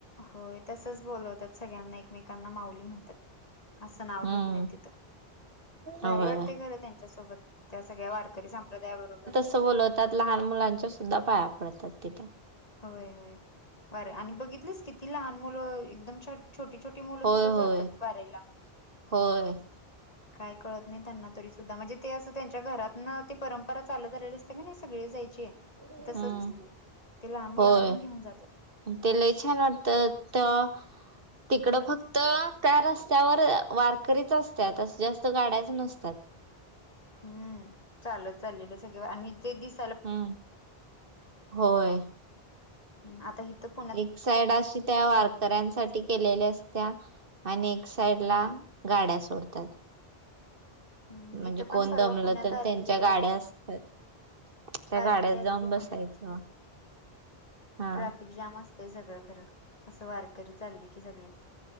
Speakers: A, on the left; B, on the right.
A: होय तसच बोलवतात सगळ्यांना एकमेकांना माऊली म्हणतात <unintelligible> असं नाव
B: हम्म
A: घेत नाही तिथं <unintelligible> भारी
B: होय
A: वाटते खर त्यांच्यासोबत त्या सगळ्या वारकरी संप्रदायाबरोबर <unintelligible>
B: बवतात लहान मुलांच्या सुद्धा पाया पडतात तिथे <unintelligible>
A: होय होय बर आणि बघितलेस किती लहान मुलं एकदम छ छोटी छोटी <unintelligible> मुलं
B: होय
A: सुद्धा
B: होय
A: जात वाारयला <unintelligible>
B: होय <unintelligible>
A: काय कळत नाही त्यांना तरी सुद्धा म्हणजे ते असं त्यांच्या घरात ना ती परंपरा चालत आलेली <unintelligible> सग नाही सगळे जायचे आहे ते
B: हम्म
A: तसंच ते लहान मुलांना
B: होय
A: पण घेऊन जात <unintelligible>
B: ते लय छान वाटत तर <unintelligible> तिकडं फक्त त्या रस्त्यावर वारकरीच असतात असं जास्त गाड्याच नसतात
A: हम्म चाल चाललेलं सगळ आणि जे दिस
B: हम्म. होय
A: <unintelligible> आ <unintelligible>
B: एक साइड अशी त्या वारकऱ्यांसाठी
A: की
B: केलेली असते <unintelligible> त्या आणि एक साइड ला गाड्या सोडतात <unintelligible>
A: हम्म
B: म्हणजे
A: इथं
B: कोण
A: पण परवा
B: दमलं
A: पुण्यात
B: तर
A: आलेली
B: त्यांच्या गाड्या
A: बाबा
B: असतात <unintelligible> त्या
A: पालखी
B: गाड्यात
A: आलेली
B: जाऊन बसायचं
A: पुण्यात
B: <unintelligible> हा
A: ट्रॅफिक जाम असतेय सगळं खरं असं वारकरी चालली की सगळे <unintelligible>